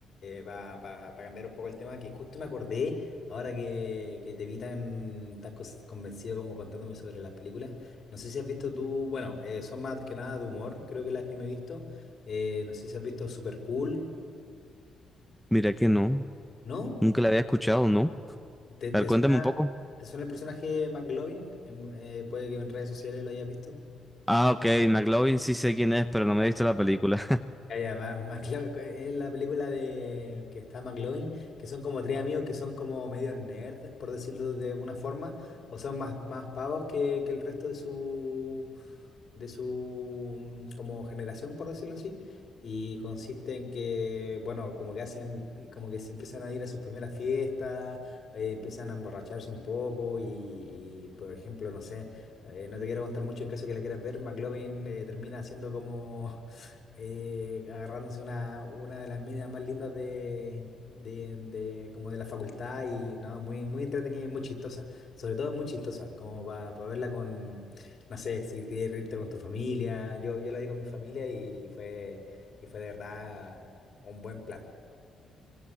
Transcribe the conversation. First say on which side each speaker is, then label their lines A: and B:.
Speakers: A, on the left; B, in the centre.
A: para cambiar un poco el tema, que justo me acordé ahora que, que te vi tan, tan cos- convencido como contándome sobre las películas. No sé si has visto tú, bueno, eh, son más que nada de humor, creo que las que me he visto. Eh, no sé si has visto Super Cool,
B: Mira que no,
A: ¿no?
B: nunca la había escuchado, ¿no?
A: ¿Te, te
B: A ver, cuéntame
A: suena,
B: un poco.
A: te suena el personaje McLovin? En- eh, puede que en redes sociales lo hayas visto.
B: Ah, ok, McLovin sí sé quién es, pero no me
A: Ah,
B: he visto la película.
A: ya, Ma- Maclo- es la película de que está McLovin, que son como tres amigos que son como medio nerd, por decirlo de alguna forma, o son más, más pavos que, que el resto de su de su mm, como generación, por decirlo así. Y consiste en que, bueno, como que hacen, como que se empiezan a ir a sus primeras fiestas, eh, empiezan a emborracharse un poco, y, y, por ejemplo, no sé, eh, no te quiero contar mucho en caso que la quieras ver, McLovin eh, termina siendo como eh, agarrándose una, una de las minas más lindas de, de, de- como de la facultad y no, muy, muy entretenida y muy chistosa, sobre todo muy chistosa, como para verla con, no sé, si quieres reírte con tu familia, yo, yo la vi con mi familia y fue, y fue de verdad un buen plan.